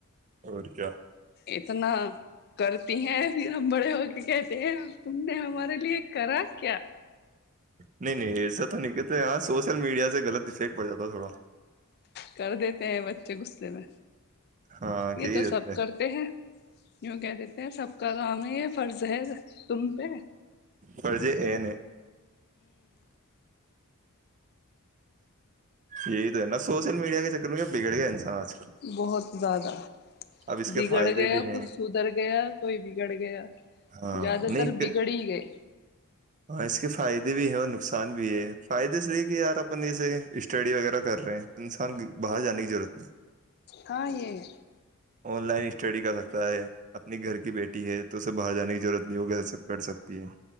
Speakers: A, on the right; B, on the left.
A: اور کیا
B: اتنا کر ہیں پھر ہم بڑے ہو کے کہتے ہیں تم نے ہمارے لیے کراس کیا
A: نہیں نہیں ایسا تو نہیں کہ ہاں سوشل میڈیا سے غط افیکٹ پڑ جات تھا تھوڑا
B: کر دیتے ہیں بچے غصے میں
A: ہاں
B: یہ
A: یہی
B: تو
A: دیتے
B: سب کرتے ہیں یوں کہتے تھ سب کا تو ہمیں یہ فرض ہے تم پہ ہوں
A: فرضے ا نے یہی تو ہے نا سوشل میڈیا کے چکر میں کیا بگڑ گیا انسان کل
B: بہت زیادہ
A: اب اس کے
B: بگڑ
A: فائدے
B: گیا
A: بھی ہیں
B: کچھ سدھر گیا کوئی بگڑ گیا
A: ہاں
B: زیادہ
A: نہیں
B: تر
A: اس کے
B: بگڑ ہی گئے
A: ہاں اس کے فائدے بھی ہیں اور نقصان بھی ہے فائدے سے لیے کہ یار اپن جسے اسٹڈی وغیرہ کر رہے ہیں تو انسان باہر جانے کی ضرورت نہیں
B: ہاں یہ ہے
A: ‌‍‌ ان لائن اسٹڈی کر سکتا ہے اپنی گھر کی بیٹی ہے تو اسے باہر جانے کی ضرورت نہیں ہوگی سب کر سکتی ہے